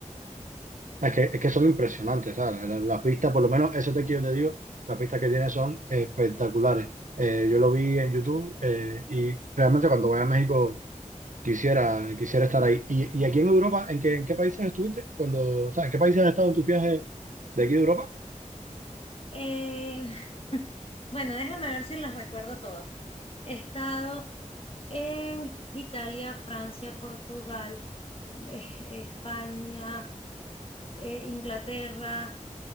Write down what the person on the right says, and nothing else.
es que, es que son impresionantes, ¿sabes? La- Las, vistas, por lo menos ese hotel que yo te digo, las vistas que tiene son espectaculares. Eh, yo lo vi en YouTube eh, y realmente cuando voy a México... Quisiera, quisiera estar ahí. ¿Y, y aquí en Europa, en qué, en qué países estuviste? Cuando, o sea, ¿en qué países has estado en tus viajes de aquí de Europa?